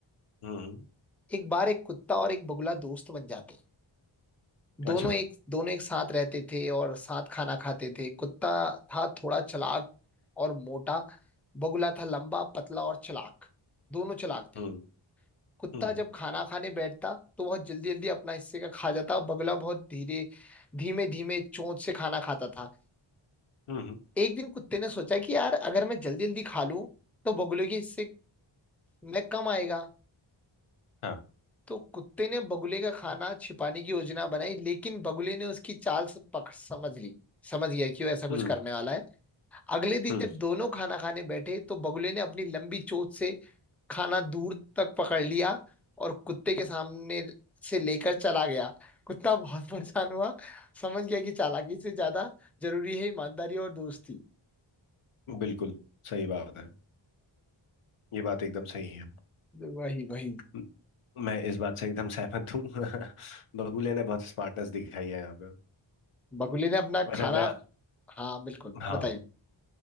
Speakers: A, on the left (about 85°); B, in the centre.
A: हम्म
B: एक बार एक कुत्ता और एक बगुला दोस्त बन जाते हैं दोनों
A: अच्छा
B: एक दोनों एक साथ रहते थे और साथ खाना खाते थे कुत्ता था थोड़ा चालाक और मोटा बगुला था लंबा पतला और चालाक दोनों चालाक थे
A: हम्म
B: कुत्ता
A: हम्म
B: जब खाना खाने बैठता तो बहुत जल्दी जल्दी अपना हिस्से का खा जाता और बगुला बहुत धीरे धीमे धीमे चोंच से खाना खाता था
A: हम्म हम्म,
B: एक दिन कुत्ते ने सोचा कि यार अगर मैं जल्दी जल्दी खा लूं तो बगुले के हिस्से में कम आएगा
A: हाँ
B: तो कुत्ते ने बगुले का खाना छिपाने की योजना बनाई लेकिन बगुले ने उसकी चाल से पकड़ समझ ली समझ गया कि वो ऐसा कुछ
A: हम्म
B: करने वाला है अगले दिन
A: हम्म
B: जब दोनों खाना खाने बैठे तो बगुले ने अपनी लंबी चोंच से खाना दूर तक पकड़ लिया और कुत्ते के सामने से लेकर चला गया कुत्ता बहुत <laughs> परेशान हुआ समझ गया कि चालाकी से ज्यादा जरूरी है ईमानदारी और दोस्ती
A: बिल्कुल सही बात है ये बात एकदम सही है
B: वही वही
A: म- मैं इस बात से एकदम सहमत हूँ <laughs> बगुले ने बहुत स्मार्टनेस दिखाई है यहाँ पे
B: बगुले ने अपना
A: अच्छा
B: खाना
A: मैं
B: हाँ बिल्कुल
A: हाँ
B: बताइए